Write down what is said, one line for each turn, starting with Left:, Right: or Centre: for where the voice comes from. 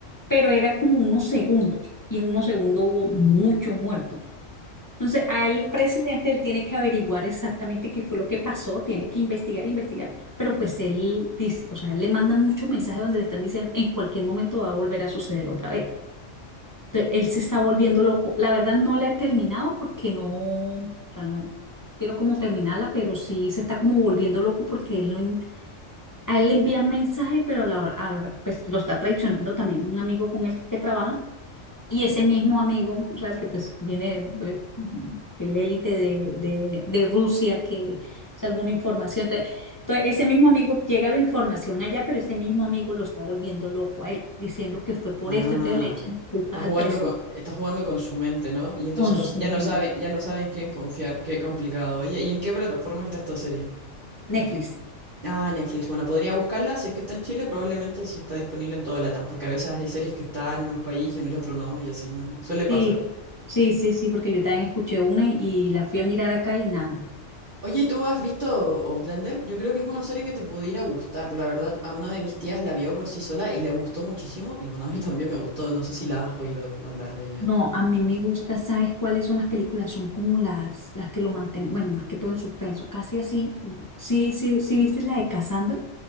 Left: pero era como unos segundos, y en unos segundos hubo mucho muerto. Entonces, al presidente él tiene que averiguar exactamente qué fue lo que pasó, tiene que investigar, investigar, pero pues él dice, o sea, él le manda muchos mensajes donde le están diciendo, en cualquier momento va a volver a suceder otra vez. Entonces, él se está volviendo loco. La verdad no la he terminado porque no, o sea, no quiero como terminarla, pero sí se está como volviendo loco porque él no, en- a él le envían mensajes, pero a la hora- a la hora, pues lo está traicionando también un amigo con el que trabaja. Y ese mismo amigo, tú sabes que pues viene eh, el élite de, de, de Rusia, que es alguna información. Entonces, entonces, ese mismo amigo llega la información allá, pero ese mismo amigo lo está volviendo loco a él, diciendo que fue por
Right: Ah,
Left: esto. Entonces le echan culpas
Right: está jugando
Left: al presidente.
Right: con, está jugando con su mente, ¿no? Y entonces
Left: Consumero.
Right: no s- ya no sabe, ya no saben quién confiar, qué complicado. Oye, ¿y en qué plataforma está esta serie?
Left: Netflix.
Right: Ah, Netflix. Bueno, podría buscarla si es que está en Chile, probablemente si está disponible en toda Latam, porque a veces hay series que están en un país y en el otro no, y así no suele pasar.
Left: Sí, sí, sí, sí, porque yo también escuché una y, y la fui a mirar acá y nada.
Right: Oye, ¿y tú has visto Outlander? Yo creo que es una serie que te pudiera gustar. La verdad, a una de mis tías la vio por sí sola y le gustó muchísimo. Y bueno, a mí también me gustó. No sé si la has oído hablar de ella.
Left: No, a mí me gusta, ¿sabes cuáles son las películas? Son como las, las que lo mantienen, bueno, más que todo en suspenso, casi así. mm, Sí, sí, sí, ¿viste la de Cassandra?